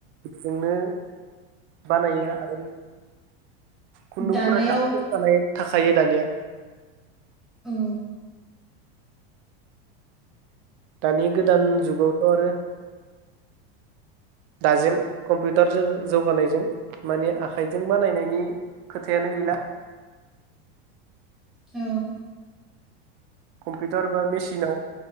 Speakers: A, on the right (about 35°); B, in the centre.
A: बेजोंनो बानायो आरो खुनदुंफोरा
B: दानायाव
A: <unintelligible> थाखायो दानिया
B: औ
A: दानि गोदान जुगावथ' आरो दाजेम कम्पिउटारजों जौगानायजों माने आखाइजों बानायनायनि खोथायानो गैला
B: औ
A: कम्पिउटार बा मेसिनाव